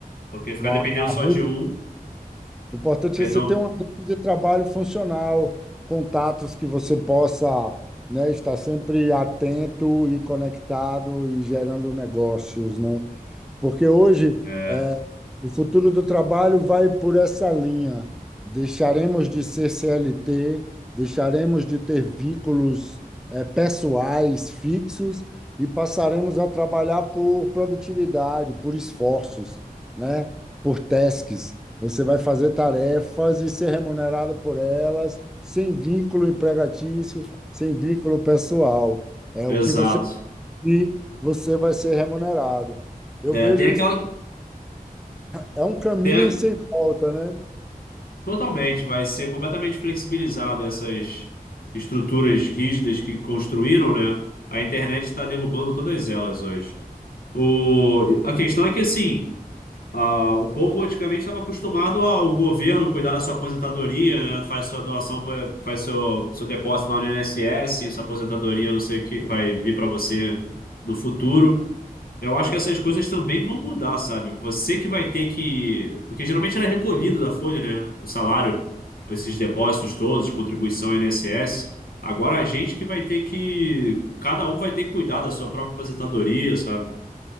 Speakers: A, on the left (about 70°); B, in the centre.
A: Porque ficar
B: uma,
A: dependendo
B: uma
A: só
B: rede
A: de um.
B: O importante
A: Perdão.
B: é você ter uma rede de trabalho funcional, contatos que você possa, né, estar sempre atento e conectado e gerando negócios, né? Porque hoje,
A: É,
B: eh, o futuro do trabalho vai por essa linha. Deixaremos de ser CLT, deixaremos de ter vínculos, eh, pessoais fixos e passaremos a trabalhar por produtividade, por esforços, né? Por tasks. Você vai fazer tarefas e ser remunerado por elas, sem vínculo empregatício, sem vínculo pessoal. É
A: exato.
B: o que você cumprir, você vai ser remunerado. Eu
A: É,
B: vejo
A: tem aquela.
B: isso, é um caminho
A: Tem, a-
B: sem volta, né?
A: totalmente, vai ser completamente flexibilizado essas estruturas rígidas que construíram, né? A internet está derrubando todas elas hoje. O, a questão é que, assim. Ah, o povo antigamente estava acostumado ao governo cuidar da sua aposentadoria, né? Faz sua doação, pra- faz seu, seu depósito lá no INSS, sua aposentadoria, não sei o que, vai vir para você no futuro. Eu acho que essas coisas também vão mudar, sabe? Você que vai ter que. Porque geralmente era recolhido da folha, né? O salário, esses depósitos todos, contribuição ao INSS. Agora a gente que vai ter que. Cada um vai ter que cuidar da sua própria aposentadoria, sabe?